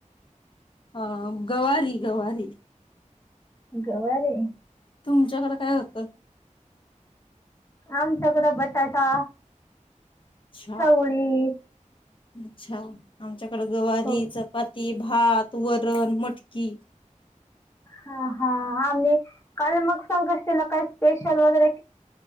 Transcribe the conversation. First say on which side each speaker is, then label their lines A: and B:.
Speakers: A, on the left; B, on the left.
A: हा गवारी गवारी
B: गवारे
A: तुमच्याकडें काय होत
B: आमच्याकड बटाटा
A: अच्छा
B: चवळी
A: अच्छा आमच्याकडे गवारी
B: हो
A: चपाती भात वरणट की
B: हा हा आमही काल मग संांगष्टला काय स्पेशल वैरे